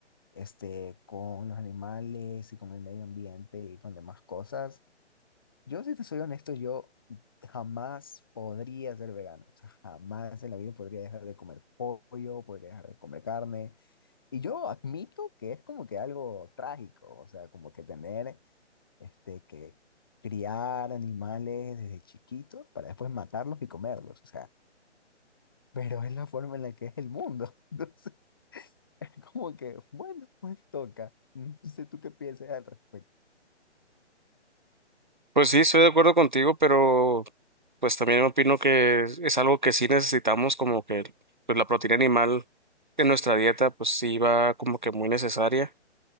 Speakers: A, on the left (about 20°); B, on the right (about 45°).
A: este, con los animales y con el medio ambiente y con demás cosas. Yo, si te soy honesto, yo jamás podría ser vegano. O sea, jamás en la vida podría dejar de comer pollo, podría dejar de comer carne. Y yo admito que es como que algo trágico, o sea, como que tener este, que criar animales desde chiquitos para después matarlos y comerlos. O sea, pero es la forma en la que es el mundo. <laughs> Entonces, es como que, bueno, pues toca. No sé tú qué piensas al respecto.
B: Pues sí, estoy de acuerdo contigo, pero pues también opino que es, es algo que sí necesitamos, como que pues, la proteína animal en nuestra dieta, pues sí va como que muy necesaria.